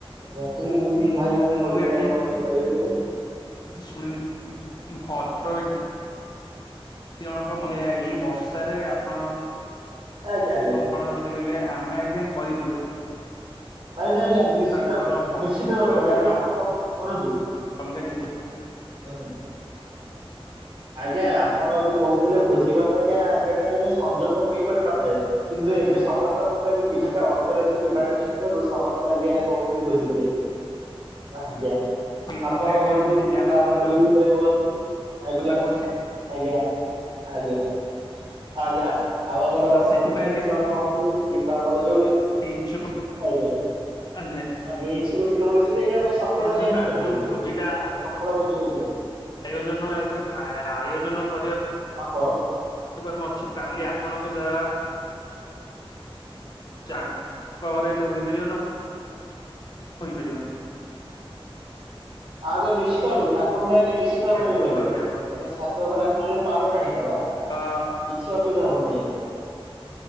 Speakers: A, on the right (about 55°); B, on the left (about 45°).
A: ଏଇଆକୁ
B: ମୁଁ ମୁଁ
A: ଭାଇ ମାନେ
B: ମୁଁ
A: କହୁଥିଲେ
B: ବି ଆଜ୍ଞା
A: ମତେ ଟିକେ କହିଦେଇନଥାନ୍ତୁ।
B: ଶୁଣିଲୁ ଭଦ୍ର ବ୍ୟକ୍ତ <unintelligible> ଏଇ ବର୍ଷାରେ ଆପଣ
A: ଆଜ୍ଞା ଆଜ୍ଞା
B: ଆପଣ କଣ ସେ କହିଲେ ଆମେ ଆଜ୍ଞା କରିପାରିବୁନି।
A: ନାଇଁ ନାଇଁ ଆଜ୍ଞା ନିଶ୍ଚିତ
B: ତାଙ୍କର ବକ୍ତବ୍ୟଟା
A: ନିଶ୍ଚିତ ଭାବରେ ଆଜ୍ଞା ଆପଣ ଶୁଣନ୍ତୁ।
B: ଅଲଗା କିଛି
A: <unintelligible> ଆଜ୍ଞା ଆପଣ ଯୋଉ କହୁଥିଲେ ଭୋଜି ଭାତ ଆଜ୍ଞା ସେଇଟା କେବେ ସଂଯୋଗ ହୋଇପାରିନଥାଏ। କିନ୍ତୁ
B: ଆଜ୍ଞା
A: ଏବେ ସମସ୍ତ ପଖ୍ୟ ରେ ବି କିଛିଟା ଅର୍ଥ ରାଶି ଯୋଗାଡ ହେଇଥିବାରୁ ସମସ୍ତେ ଆଜ୍ଞା କହୁଚନ୍ତି ଭୋଜିକରିଆକୁ। ଆଜ୍ଞା।
B: ମୁଁ
A: ଆପଣ
B: ବି ଆଜ୍ଞା
A: ହୁଅନ୍ତୁ
B: ବୁଝିଲି
A: କିମ୍ବା
B: ଆପଣ
A: ଆମର
B: ଯୋଉ
A: ଇଦୁ ଭାଇ ହୁଅନ୍ତୁ। ଆଜ୍ଞା
B: କଥା କହୁଛନ୍ତି
A: ଆଜ୍ଞା ଆଜ୍ଞା। ଆଜ୍ଞା ଆଉ ଆମର
B: ତ ସେଥିପାଇଁ
A: ଭଦ୍ର ବ୍ୟକ୍ତି ଜଣେ କୁହନ୍ତୁ କିମ୍ବା ଆମର ଯୋଉ ବ୍ୟକ୍ତି ହୁଅନ୍ତୁ
B: ବ୍ୟକ୍ତି ଇଛୁକ
A: ଆଜ୍ଞା
B: ଆଜ୍ଞା।
A: ଆଜ୍ଞା ଇଛୁକ ଟିକେ ହଉଛନ୍ତି ଏଇଟା ଭାଇ ସଫଳ
B: କୌଣସି
A: ଆଜ୍ଞା
B: କାର୍ଯ୍ୟ
A: ହେଇପାରିବନି
B: ଭୋଜିଟା
A: ଏଇଟା ସଫଳ ମଧ୍ୟ ହେଇପାରେ।
B: ଆୟୋଜନ ରାଜ୍ୟ କୁ ଆୟୋଜନ କରିବାକୁ
A: ହଁ କହ।
B: କାଲି ପହଦିନ ଅଛୁ କାଲି ଆପଣଙ୍କ ଯାଆ
A: <inaudible>
B: ଯାଙ୍କ ଘରେ ହେଲେ ହୋଇପାରିବ ନା ହୋଇପାରିବନି।
A: ଆଉ ଆଜ୍ଞା ନିଶ୍ଚିତ ଭାବରେ ତାଙ୍କ ଘରେ ଆଜ୍ଞା ନିଶ୍ଚିତ ଭାବରେ ରହିପାରିବ।
B: କୁହନ୍ତୁ ଆଜ୍ଞା ଆପଣ
A: ଆଜ୍ଞା ସାତ୍ ଛାତ ଉପରେ ଆମେ ନଲେ ପାଲ ଟାଣିଦବା।
B: ହଁ।
A: କିଛି ଅସୁବିଧା ହବହି ଆଜ୍ଞା।